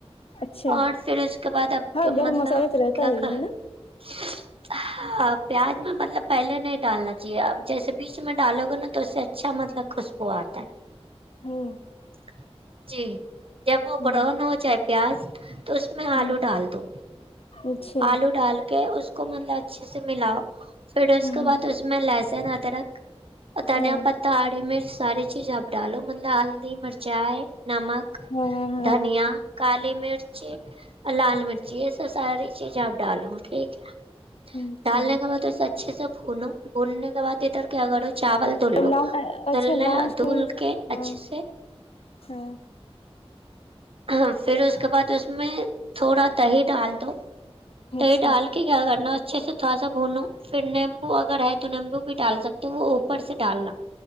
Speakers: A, on the left; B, on the right.
A: اچھا
B: اور پھر اس کے بعد اب
A: ہاں گرم
B: مطلب
A: مسالہ تو رہتا
B: کیا
A: ہی
B: کر
A: ہے نا
B: <unintelligible> ہا پیاز میں مطلب پہلے نہیں ڈالنا چاہیے اب جیسے بیچ میں ڈالو گے نا تو اس سے اچھا مطلب خوش وہ آتا ہے
A: ہوں
B: جی جب وہ
A: ہوں
B: برون ہو چاہے پیاز تو اس میں
A: ہوں
B: آلو ڈال دو
A: اچھا
B: آلو ڈال اس کو مطلب اچھے سے ملاؤ پھر اس
A: ہوں
B: کے بعد اس میں لہسن ادرک اور دھنیا
A: ہاں
B: پتا ہری مرچ ساری چیز آپ ڈالو مطلب ہلدی مرچی نمک
A: ہاں ہاں
B: دھنیا کالی مرچی اور لال مرچی جی یہ ساری چیزیں آپ ڈالو ٹھیک ہے
A: اچھا
B: ڈالنے کے بعد اسے اچھے سے بھونو بھوننے کے بعد ادھر کیا کرو چاول دھل لو
A: لا
B: دھلنے
A: اچھا لاسٹ
B: دھل
A: میں
B: کے
A: ہاں
B: اچھے سے
A: ہاں
B: ہاں پھر اس کے بعد اس میں تھوڑا دہی ڈال دو دہی
A: اچھا
B: ڈال کیا کرنا اچھے سے تھوڑا بوھونو پھر نیمبو اگر ہے تو نیمبو بھی ڈال سکتے وہ اوپر سے ڈالنا